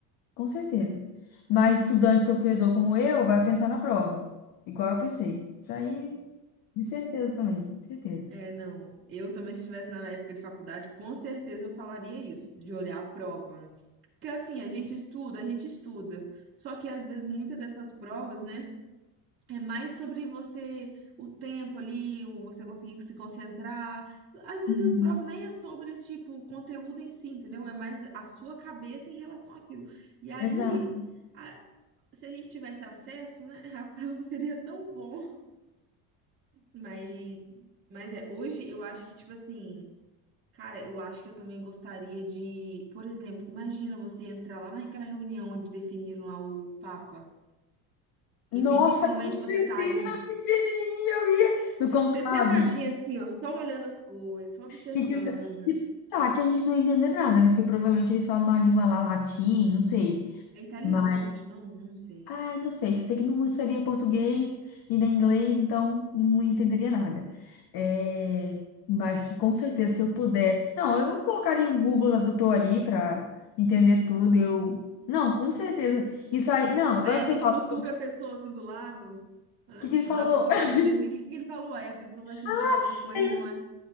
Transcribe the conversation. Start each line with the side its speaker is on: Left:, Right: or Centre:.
Left: com certeza. Mas estudante sofredor como eu vai pensar na prova, igual eu pensei. Isso aí, de certeza também, certeza.
Right: É, não. Eu também, se estivesse na época de faculdade, com certeza eu falaria isso, de olhar a prova, né? Porque assim, a gente estuda, a gente estuda. Só que às vezes muitas dessas provas, né, é mais sobre você, o tempo ali, o você conseguir se concentrar. Às vezes
Left: Uhum.
Right: as provas nem é sobre esse tipo, o conteúdo em si, entendeu? É mais a sua cabeça em relação àquilo. E aí,
Left: Exato.
Right: a- se a gente tivesse acesso, né, <laughs> a prova seria tão bom. Mas, mas é, hoje eu acho que, tipo assim. Cara, eu acho que eu também gostaria de, por exemplo, imagina você entrar lá naquela reunião onde definiram lá o Papa. Invisivelmente
Left: Nossa, com certeza,
Right: você tá ali.
Left: eu queria, eu ia no conclave.
Right: Você sentadinha assim, ó, só olhando as coisas, só observando.
Left: Que cristão... E tá, que a gente não ia entender nada, né? Porque provavelmente eles falam uma língua lá, latim, não sei.
Right: É italiano,
Left: Mas,
Right: eu acho, não, não sei.
Left: ai, não sei. Só sei que não seria português e nem inglês, então não entenderia nada. É, Mas que com certeza, se eu puder. Não, eu colocaria um Google Tradutor ali pra entender tudo. Eu. Não, com certeza. Isso aí. Não, agora
Right: Aí a
Left: que
Right: gente
Left: você fala,
Right: futuca
Left: o
Right: a pessoa assim do lado, né?
Left: que que ele falou?
Right: dá uma futucadinha
Left: <laughs>
Right: assim, o que que ele falou? Aí a pessoa vai sentir
Left: Ah,
Right: alguma coisa
Left: Tem
Right: e não
Left: uns,
Right: é.